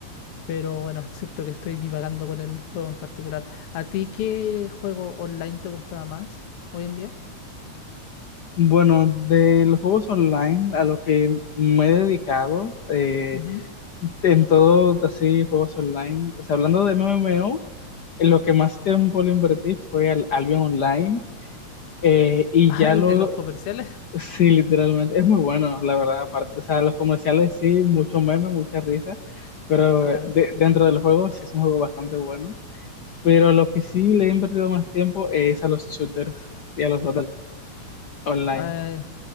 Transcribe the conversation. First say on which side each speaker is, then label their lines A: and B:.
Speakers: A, on the left; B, on the left.
A: Pero bueno, siento que estoy divagando con el juego en particular. ¿A ti qué juego online te gustaba más hoy en día?
B: Bueno, de los juegos online a lo que me he dedicado, eh,
A: Ujú. <laughs>
B: en todo así juegos online, o sea, hablando de MMO, en lo que más tiempo le invertí fue al Albion Online eh, y
A: Ah,
B: ya
A: el
B: lo,
A: de los comerciales,
B: sí, literalmente, es muy bueno, la verdad, aparte, o sea, los comerciales sí, mucho meme, mucha risa, pero
A: <laughs> claro.
B: eh, de- dentro del juego sí es un juego bastante bueno, pero lo que sí le he invertido más tiempo es a los shooters y a los battles online.
A: Eh,